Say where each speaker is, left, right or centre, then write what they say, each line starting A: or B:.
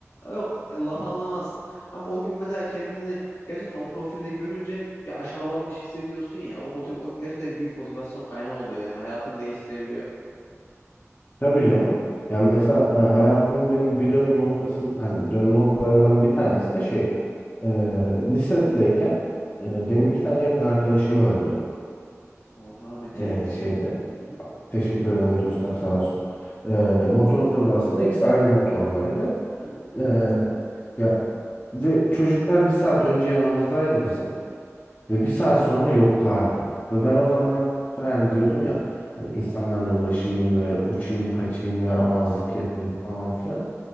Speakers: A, on the left; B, on the left.
A: Yok e, laf anlamazsın. Ama o gün mesela kendini gerçekten o profilde görünce bir aşağılanmış hissediyorsun ya o, motiv o gerçekten büyük motivasyon kaynağı oluyor yani hayatını değiştirebiliyor.
B: Tabii canım. Yani mesela e, hayatımın benim bir dönüm noktasının hani dönüm noktalarından bir tanesi de şey e, lisedeyken e, benim iki tane yakın arkadaşım öldü.
A: Allah rahmet
B: E,
A: eylesin.
B: şeyde
A: Hı hı.
B: Teşekkür ederim dostlar sağ olsun. Ee, motor kazasında ikisi aynı motordaydı.
A: Hı.
B: Ee, ya ve çocuklar bir saat önce yanımızdaydı bizim ve bir saat sonra yoklardı. Ve ben o zamana kadar hani diyordum ya hani insanlarla uğraşayım böyle uçayım kaçayım yaramazlık yapayım falan filan.